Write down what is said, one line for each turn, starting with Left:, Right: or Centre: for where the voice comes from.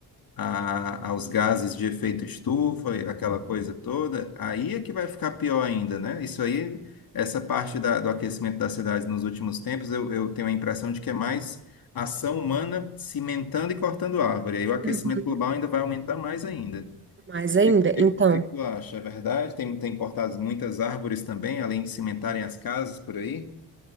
Left: a- aos gases de efeito estufa, e aquela coisa toda, aí é que vai ficar pior ainda, né? Isso aí, essa parte da- do aquecimento das cidades nos últimos tempos, eu, eu tenho a impressão de que é mais ação humana cimentando e cortando árvore. Aí o aquecimento
Right: Uhum.
Left: global ainda vai aumentar mais ainda.
Right: Mais ainda,
Left: O que, que,
Right: então.
Left: que tu acha? É verdade? Tem, tem cortado muitas árvores também, além de cimentarem as casas por aí?